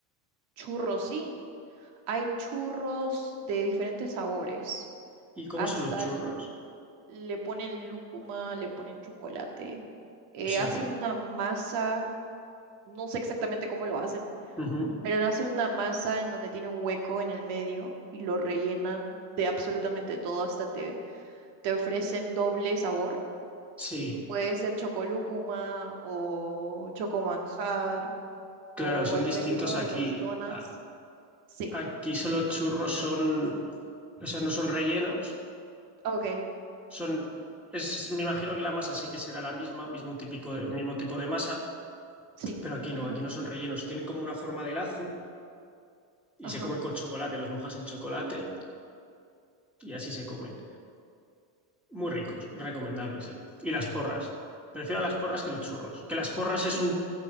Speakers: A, on the right; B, in the centre.
A: Churros, sí. Hay churros de diferentes sabores.
B: ¿Y cómo
A: Hasta
B: son los churros?
A: l- le ponen lúcuma, le ponen chocolate. Eh,
B: O sea,
A: hacen una masa, no sé exactamente cómo lo hacen,
B: Ujú.
A: pero hacen una masa en donde tiene un hueco en el medio y lo rellenan de absolutamente todo, hasta te te ofrecen doble sabor.
B: Sí,
A: Puede ser chocolúcuma o chocomanjar
B: claro,
A: o
B: son
A: el
B: distintos
A: relleno
B: aquí.
A: de los donuts.
B: A-
A: Sí,
B: Aquí solo churros son, o sea, no son rellenos,
A: ok,
B: son, es, me imagino que la masa sí que será la misma, mismo típico de- mismo tipo de masa,
A: sí,
B: pero aquí
A: me imagino
B: no, aquí
A: que
B: no son
A: sí.
B: rellenos, tienen como una forma de lazo y
A: Ajá,
B: se comen con chocolate, los mojas en chocolate y así se comen. Muy ricos, recomendables, ¿eh? Y las porras. Prefiero las porras que los churros, que las porras es
A: y,
B: un